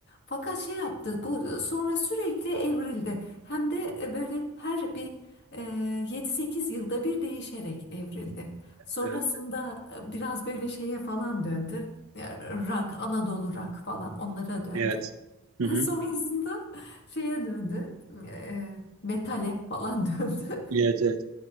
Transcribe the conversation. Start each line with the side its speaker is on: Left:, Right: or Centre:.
Left: Fakat şey yaptı, bu sonra sürekli evrildi. Hem de e, böyle her bir e, 7-8 yılda bir değişerek evrildi. Sonrasında
Right: Evet.
Left: e, biraz böyle şeye falan döndü. E, Rock, Anadolu rock falan onlara döndü.
Right: Evet.
Left: <laughs>
Right: Hı hı.
Left: Sonrasında şeye döndü. E, metale falan <laughs> döndü.
Right: Evet, evet.